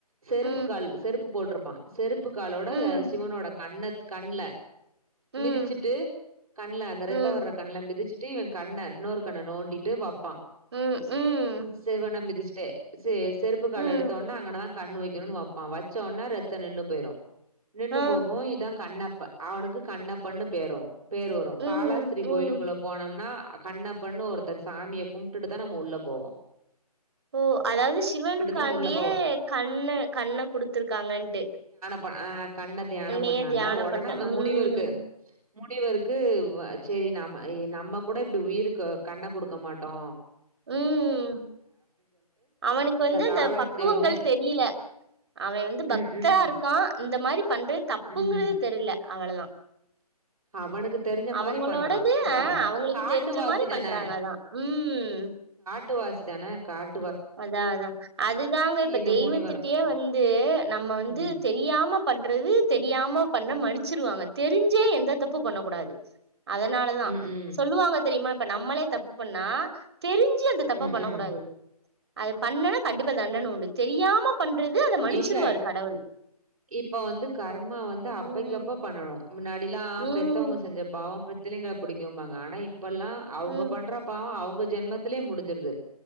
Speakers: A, on the right; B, on the right.
A: செருப்பு
B: ம்,
A: கால் செருப்பு போட்றப் செருப் ப்பு காலோட
B: ம்,
A: சிவனோட கண்ணத் கண்ல
B: ம்,
A: மிதிச்சுட்டு கண்ல
B: ம்,
A: ரத்த வர கண்ல மிதிச்சிட்டு இவன் கண்ணர் இன்னொரு கண்ண நோண்டிட்டு வப்ப பான்
B: ம், ம்,
A: சிவன மிதிச்சு <unintelligible> செருப்புக்கால
B: ம்,
A: எடுத்தோன்ன அங்கனா கண்ணு வைக்கணுன்னு வப்பான் வச்சோன்ன ரத்த நின்னு போய்ரு நின்னு
B: ஆ,
A: போகு இதா கண்ணப் ப அவனுக்கு கண்ணப்பன்னு பேரும் பேரு
B: ம்,
A: காலாஸ்திரீ
B: ம்.
A: கோயிலுக்குள்ள போனோம்னா கண்ணப்பன்னு ஒருத்தர் சாமிய கும்ட்டுட்டு தா நாம உள்ள போவோ
B: ஓ அதாவது சிவனுக்காண்டியே
A: தான் உள்ள போவோம்.
B: கண்ண கண்ண குடுத்துருக்காங்கன்ட்டு
A: வ ஆ கண்ண தியான
B: கண்ணையே
A: பண்ணால
B: தியானம்
A: ஒடனே
B: பண்ற
A: அந்த
B: ம்,
A: முனிவர்க்கு முனிவருக்கு வ செரி நாம நம்ம கூட இப்டி உயிருக்கு கண்ண குடுக்க மாட்டோ
B: ம் அவனுக்கு வந்து அந்த
A: காலாஸ்திரிய
B: பக்குவங்கள்
A: வந்து
B: தெரியல அவே வந்து பக்தரா
A: ம், ம்,
B: இருக்கான் இந்த மாரி பண்றது தப்புங்கறது
A: ம்.
B: தெரியல அவ்ளதா
A: அவனுக்கு தெரிஞ்ச
B: அவங்களோடது
A: மாரி பண்றான். இப்ப
B: ஆ அவங்களுக்கு
A: காட்டுவாசி
B: தெரிஞ்ச மாரி பண்றாங்க
A: தானே.
B: அதா ம்
A: ட்டு வாசிதான காட்
B: அதா அதா அதுதாங்க இப்ப
A: இந்த
B: தெய்வத்துட்டயே
A: முனிவரும்.
B: வந்து நம்ம வந்து
A: ம்.
B: தெரியாம பண்றது தெரியாம பண்ண மன்னிச்சிருவாங்க தெரிஞ்சே எந்த தப்பு பண்ண கூடாது அதனாலதா
A: ம், ம்.
B: சொல்லுவாங்க தெரியுமா இப்ப நம்மளே தப்பு பண்ணா தெரிஞ்சி அந்த தப்பா
A: ம்,
B: பண்ண
A: ம்.
B: கூடாது அத பண்ணன்னா கண்டிப்பா தண்டன உண்டு தெரியாம பண்றது அத மன்னிச்சிருவாரு
A: எங்க
B: கடவுள்
A: இப்ப வந்து கர்மா வந்து அப்பைக்கப்ப
B: ம்
A: பண்ணணு மின்னாடியெல்லா
B: ம்
A: பெத்தவங்க செஞ்ச பாவ பெத் பிள்ளைங்கள பிடிக்குவாங்க ஆனா இப் எல்லா அவங்க
B: ம்
A: பண்ற பாவொ அவு ங்க ஜென்மத்திலயே முடிஞ்சிருது